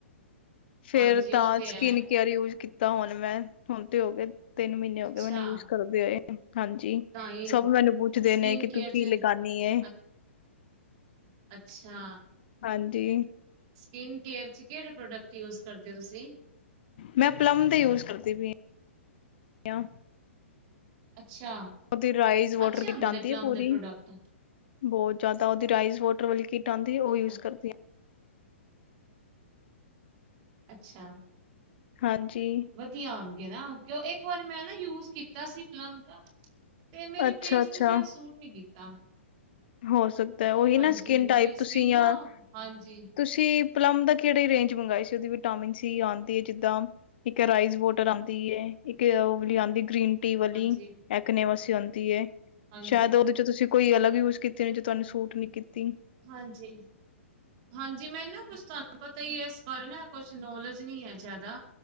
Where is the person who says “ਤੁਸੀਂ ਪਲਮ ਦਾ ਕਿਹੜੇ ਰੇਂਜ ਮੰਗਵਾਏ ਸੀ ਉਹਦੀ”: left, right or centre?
Left